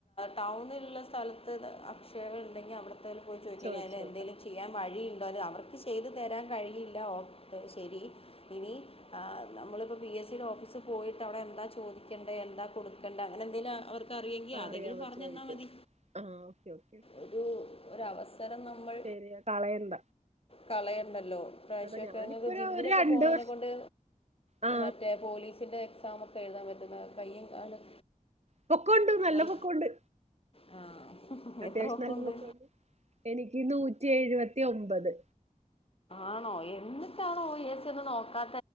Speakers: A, on the left (about 40°); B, on the right (about 50°).
A: ടൗണുള്ള സ്ഥലത്ത് അക്ഷയകൾ ഉണ്ടെങ്കിൽ അവിടെ ത്തിൽ പോയി ചോദിക്ക
B: ചോദിച്ചു
A: അതിൽഎന്തേലും
B: നോക്കാം
A: ചെയ്യാൻ വഴി ഉണ്ടേൽ അവർ ചെയ്ത് തരാൻ കഴിയില്ല ഓ ക്കെ ശരി ഇനി ആ നമ്മളിപ്പം പി എസ് സിയുടെ ഓഫീസിൽ പോയിട്ട് അവിടെ എന്താ ചോദിക്കെണ്ടെ എന്താ കൊട് ക്കണ്ടെ അങ്ങനെ എന്തെലും ആ അവർ ക്ക് അറിയെങ്കി അതെങ്കിലും
B: അറിയാൻ പറ്റുമായിരിക്കും
A: പറഞ്ഞെന്നാ മതി
B: ആഹ് ഓക്കെ ഓക്കെ
A: ഒരു ഒരവസരം നമ്മൾ
B: ശരി കളയണ്ട
A: കളയണ്ടല്ലോ ഇപ്രാവശൊക്കെ
B: അതാ ഞാനിപ്പോ
A: അങ്ങ്
B: ഒരു
A: ജിമ്മിലൊക്കെ
B: ഒരു രണ്ട്
A: പോണേനെ
B: വർഷം
A: കൊണ്ട്
B: ആ
A: മറ്റേ പോലീസിന്റെ എക്സാം ഒ കെയറാൻ പറ്റുന്ന കയ്യും കാലും
B: പൊക്കൊ ഉണ്ട് നല്ല
A: ഹൈ
B: പൊക്കൊ ഉണ്ട്
A: ആ
B: അത്യാവശ്യം
A: എത്ര ഒക്കുണ്ട്
B: നല്ല പൊക്കൊ ഉണ്ട് എനിക്ക് നൂറ്റി എഴുവെ ത്തി ഒമ്പത്
A: ആണോ എന്നിട്ടാണോ ഏസി ഒന്നും നോക്കാ